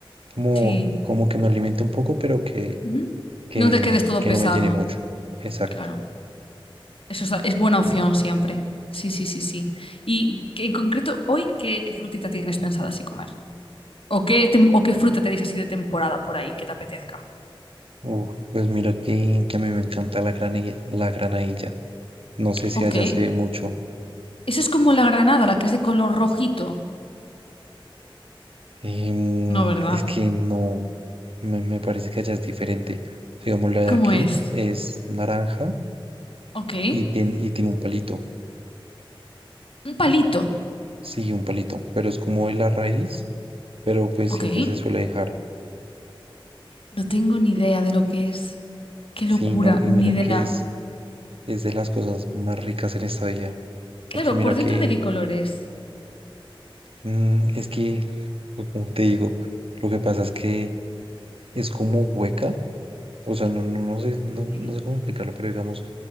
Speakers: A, on the right (about 80°); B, on the left (about 75°).
A: como,
B: sí.
A: como que me alimente un poco, pero que,
B: Ujú.
A: que,
B: No te quedes todo
A: que
B: pesado,
A: no me llene mucho. Exacto.
B: claro. Eso es, es buena opción siempre. Sí, sí, sí, sí. ¿Y qué- en concreto hoy qué, qué frutita tienes pensada así comer? ¿O qué, tem- o qué fruta tenéis así de temporada por ahí que te apetezca?
A: Uf, pues mira que, que a mí me encanta la granilla, la granadilla. No sé si
B: Ok.
A: allá se ve mucho.
B: Eso es como la granada, la que es de color rojito.
A: Em,
B: No, ¿verdad?
A: es que no, me, me parece que allá es diferente. Digamos, la de
B: ¿Cómo
A: aquí
B: es?
A: es naranja
B: Ok.
A: y tiene, y tiene un palito.
B: Un palito.
A: Sí, un palito, pero es como de la raíz. pero pues
B: Ok.
A: siempre se suele dejar.
B: No tengo ni idea de lo que es. Qué
A: Sí,
B: locura,
A: no, y
B: ni
A: mira
B: idea.
A: que es, es de las cosas más ricas en esta vida,
B: Claro,
A: porque mira
B: ¿por dentro
A: que
B: de qué color es?
A: mm, es que, o como te digo, lo que pasa es que es como hueca, o sea, no, no, no sé, no,
B: Sí.
A: no sé cómo explicarlo, pero digamos,